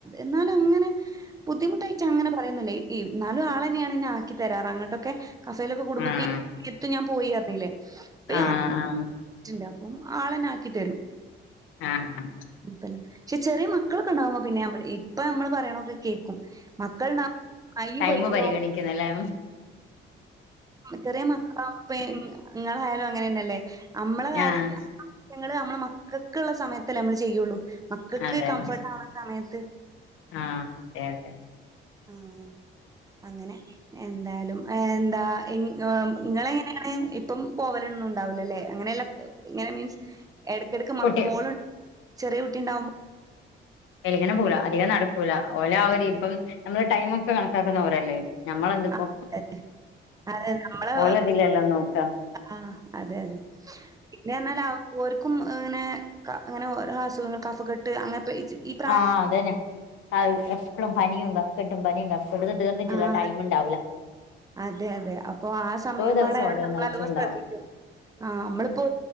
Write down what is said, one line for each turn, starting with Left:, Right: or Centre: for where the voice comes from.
Right: എന്നാലും അങ്ങനെ ബുദ്ധിമുട്ടായിറ്റങ്ങനെ പറയുന്നില്ലാ ഈ നാലും ആളെന്നെയാണ് ഇന്നെ ആക്കി തരാറ് അങ്ങൊട്ടൊക്കെ കഫേലൊക്കെ കൂടുമ്പോ
Left: ആഹ്
Right: ഇപ്പഈ <unintelligible> ഞാൻ പോയിന്നർനിലേ ഇപ്പയാ
Left: ആഹ്
Right: <unintelligible>
Left: ആഹ്
Right: അപ്പം ആളെന്നെ ആക്കി തരും
Left: ആഹ്
Right: പല്ല ക്ഷെ ചെറിയെ മക്കളൊക്കെണ്ടാവുമ്പോ പിന്നെ നമ്മള് ഇപ്പൊ നമ്മള് പറയ്ണൊക്കെ കേക്കും മക്കൾണ്ടാവുമ്പോ അയ്യ്
Left: ടൈമ്
Right: പൊയ്ക്കോ
Left: പരിഗണിക്കുന്നെല്ലെ
Right: ചെറിയെ മക്കളാ <unintelligible> ഇങ്ങളായാലും അങ്ങനെന്നല്ലേ നമ്മളെ കാര്യത്തി
Left: ആഹ്
Right: <unintelligible> ങ്ങള് നമ്മളെ മക്കൾക്ക്ള്ള സമയത്തല്ലേ നമ്മള് ചെയ്യൊള്ളൂ മക്കക്ക്
Left: അതന്നെ
Right: കംഫോട്ടാ വണ സമയത്ത്
Left: ആഹ് അതെ അതെ
Right: ആഹ് അങ്ങനെ എന്തായാലും ഏ എന്താ ഈ ങാം ഇങ്ങള് എങ്ങനെയാണ് ഇപ്പം പോവലൊന്നും ഉണ്ടാവൂലലേ അങ്ങനെയല്ലാം ഇങ്ങനെ മീൻസ് എടക്കെടക്ക് മ
Left: കുട്ടി
Right: മോള് ചെറിയേ കുട്ടിണ്ടാവുമ്പോ
Left: എലങ്ങനെ പോവുല അധികം നടക്കൂല ഓല അവരി ഇപ്പം നമ്മള് ടൈമൊക്കെ കണക്കാക്കുന്നോരല്ലേ നമ്മളെന്ത്പ്പോ
Right: ആഹ് അതെ നമ്മള്
Left: ഓലതിലല്ലോ നോക്ക
Right: ആഹ് അതെ അതെ പിന്നെയന്നാല് ഓർക്കും ഏ ഇങ്ങനെ അങ്ങനെ ഓരോ അസുഖങ്ങൾ കഫകെട്ട് അങ്ങൻതെ ഇച് ഇപ്
Left: ആഹ് അതന്നെ അത് എപ്പളും പനിയും കഫ്കെട്ടും പനിയും കഫ് കൊണ്ട്ന്ന് തീർന്ന്ട്ടില്ല
Right: ആഹ്
Left: ടൈം ഇണ്ടാവൂല്ല
Right: അതെ അതെ അപ്പൊ ആഹ് സമയംബാടെ
Left: ദിവസം
Right: ആയോണ്ട്
Left: ഓരോന്നായിട്ടുണ്ടാവും
Right: നമ്മളല്ലോ ശ്രദ്ധിക്കും ആഹ് നമ്മളിപ്പോ